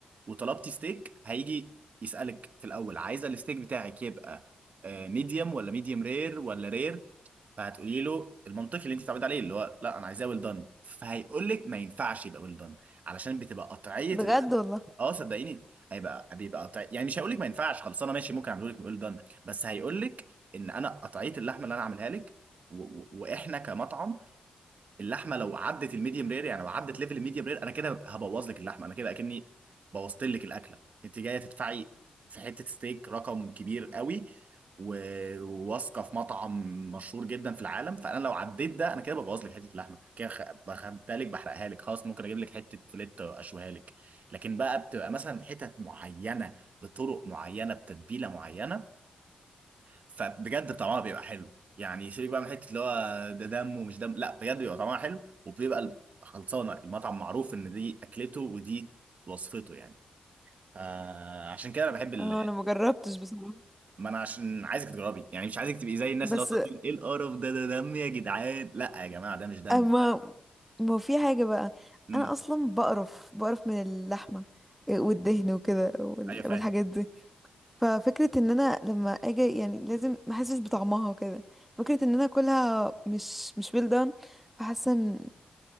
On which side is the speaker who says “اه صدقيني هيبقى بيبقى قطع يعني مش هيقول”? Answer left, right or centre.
Right